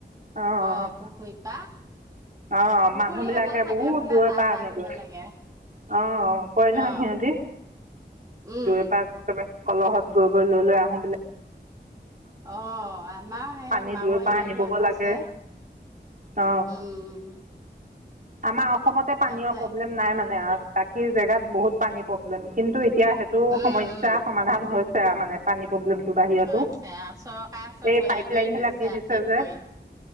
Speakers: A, on the right (about 45°); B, on the right (about 20°).
A: আহ
B: অ পুখুৰীৰ পৰা
A: অ
B: পুখুৰী
A: মানুহ বিলাকে
B: এটা থাকে
A: বহুত
B: বোলে
A: দূৰ
B: তাৰ
A: পৰাা
B: পৰা
A: আনেগৈ
B: আনিব লাগে
A: অ কয় নহয়
B: অ
A: সিহঁতি
B: উম
A: দূৰৰ পৰা কলহত গৈ গৈ লৈ লৈ আহো বুলি
B: অ আমাৰ সে
A: পানী
B: মাৱাৰী
A: দূৰৰ পৰা
B: মানুহে
A: আনিবগৈ
B: কৈছে
A: লাগে অ
B: উম।
A: আমাৰ। অসমতে পানীয়
B: তাৰপিছত
A: প্ৰব্লেম নাই মানে আৰু। বাকী জেগাত বহুত পানী। প্ৰব্লেম কিন্তু এতিয়া সেইটো
B: উম
A: সমস্যা
B: উম
A: সমাধান হৈ। য়া মানে পানী। প্ৰব্লেমটো বাহিৰতো
B: হৈছে আৰু চৰকাৰ চব
A: এই
B: হেৰি
A: পাইপ লাইন
B: কৰি
A: বিলাক
B: দিছে
A: দি
B: ঠিক
A: যে
B: কৰি